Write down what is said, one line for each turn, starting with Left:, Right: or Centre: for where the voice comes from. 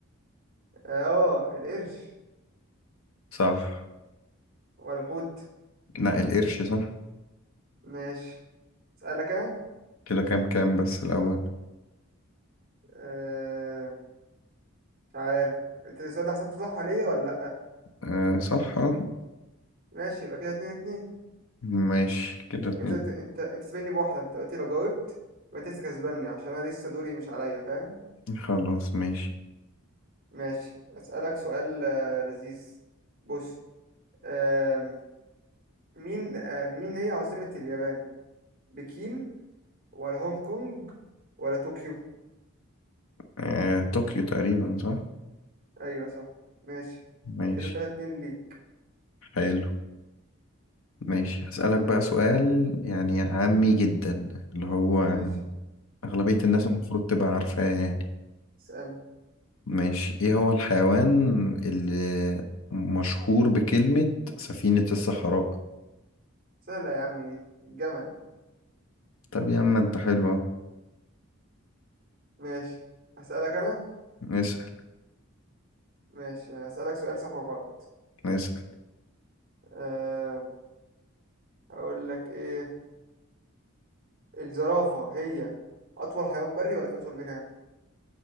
Right: اه آه، القرش
Left: صح
Right: ولا الحوت
Left: لا القرش صح
Right: ماشي أسألك أنا
Left: كده كام كام بس الأول
Right: آه، مش عارف انت السؤال ده حسبته صح عليا ولا لأ
Left: أه صح اه
Right: ماشي يبقى كده اتنين اتنين
Left: ماشي كده اتنين
Right: انت انت انت, انت سابقني بواحدة انت قلت لو جاوبت يبقى انت لسه كسباني عشان انا لسه دوري مش عليا فاهم
Left: خلاص ماشي
Right: ماشي اسألك سؤال آه، لذيذ بص آم، مين آه، مين هي عاصمة اليابان بكين ولا هونج كونج ولا طوكيو
Left: آه، طوكيو تقريبا صح
Right: ايوه صح ماشي
Left: ماشي
Right: كده تلاتة اتنين ليك
Left: حلو ماشي هسألك بقى سؤال يعني عامي جدا اللي هو
Right: ماشي
Left: أغلبية الناس
Right: اسألني
Left: المفروض تبقى عارفاه يعني
Right: اسألني
Left: ماشي ايه هو الحيوان اللي مشهور بكلمة سفينة الصحراء
Right: سهلة يا عم دي الجمل
Left: طب يا عم انت حلو اهو
Right: ماشي هسألك انا
Left: اسأل
Right: ماشي هسألك سؤال صح وغلط
Left: اسأل
Right: أه هقول لك ايه الزرافة هي أطول حيوان بري ولا في أطول منها؟